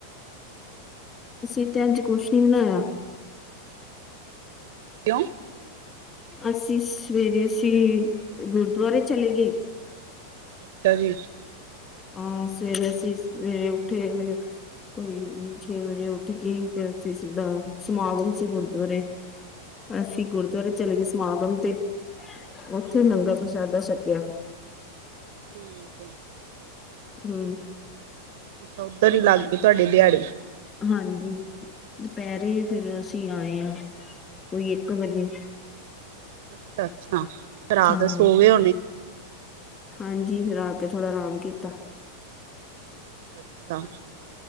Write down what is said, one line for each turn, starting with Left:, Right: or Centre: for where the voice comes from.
Left: ਅਸੀਂ ਤੇ ਅੱਜ ਕੁਛ ਨੀ ਬਣਾਇਆ।
Right: ਕਿਉਂ?
Left: ਅਸੀਂ ਸਵੇਰੇ ਅਸੀਂ ਗੁਰਦੁਆਰੇ ਚਲੇ ਗੇ
Right: ਅੱਛਾ ਜੀ।
Left: ਅ ਸਵੇਰੇ ਅਸੀ ਸਵੇਰੇ ਉੱਠੇ ਤੇ ਕੋਈ ਛੇ ਵਜੇ ਉੱਠ ਕੇ ਤੇ ਅਸੀਂ ਸਿੱਧਾ ਸਮਾਗਮ ਸੀ ਗੁਰਦੁਆਰੇ। ਅਸੀਂ
Right: ਅੱਛਾ
Left: ਗੁਰਦੁਆਰੇ ਚਲੇ ਗੇ ਸਮਾਗਮ ਤੇ, ਓਥੇ
Right: ਅੱਛਾ
Left: ਲੰਗਰ
Right: ਅੱਛਾ
Left: ਪ੍ਰਸ਼ਾਦਾ ਛੱਕੇਆ।
Right: ਠੀਕ ਐ।
Left: ਹੂੰ।
Right: ਅੱਛਾ ਓਧਰ ਹੀ ਲੱਗ ਗਈ ਧਾਡੀ ਦੇਆੜੀ।
Left: ਹਾਂਜੀ ਦੁਪੈਰੇ ਫੇਰ ਅਸੀਂ ਆਏ ਆ ਕੋਈ ਏਕ ਵਜੇ।
Right: ਅੱਛਾ-ਅੱਛਾ ਫੇਰ ਆ
Left: ਹਾਂ
Right: ਕੇ ਸੌ ਗਏ ਹੋਣੇ?
Left: ਹਾਂਜੀ ਫੇਰ ਆ ਕੇ ਥੋੜਾ ਰਾਮ ਕੀਤਾ।
Right: ਅੱਛਾ